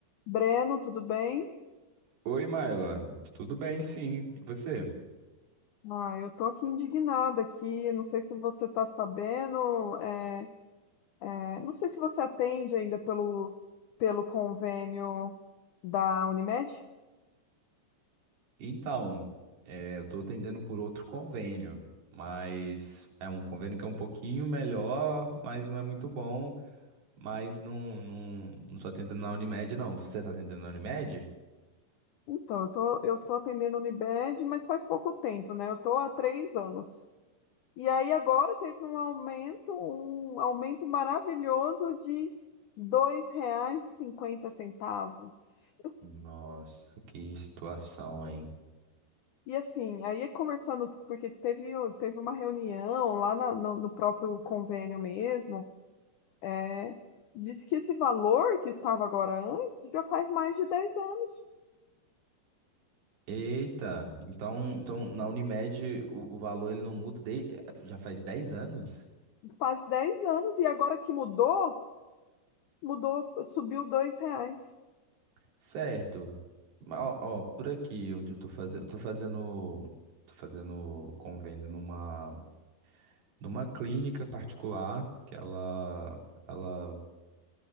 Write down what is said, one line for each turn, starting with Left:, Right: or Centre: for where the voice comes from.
Left: Breno, tudo bem?
Right: Oi, Maila. Tudo bem, sim. E você?
Left: Ah, eu tô aqui indignada aqui, não sei se você tá sabendo, é, é, não sei se você atende ainda pelo, pelo convênio da Unimed.
Right: Então, é, eu estou atendendo por outro convênio, mas é um convênio que é um pouquinho melhor, mas não é muito bom. Mas não, não, não estou atendendo na Unimed, não. Você está atendendo na Unimed?
Left: Então, eu tô, eu tô atendendo a Unimed, mas faz pouco tempo, né? Eu tô há três anos. E aí agora teve um aumento, um aumento maravilhoso de dois reais e cinquenta centavos.
Right: Nossa, que situação, hein?
Left: E assim, aí conversando, porque teve, teve uma reunião lá na- no, no próprio convênio mesmo, é, disse que esse valor que estava agora antes já faz mais de dez anos.
Right: Eita, então, então na Unimed o, o valor ele não muda de- já faz 10 anos?
Left: Faz 10 anos, e agora que mudou, mudou, subiu dois reais.
Right: Certo. Mas, Ó, ó, por aqui onde eu tô fazendo, eu tô fazendo, tô fazendo convênio numa numa clínica particular que ela ela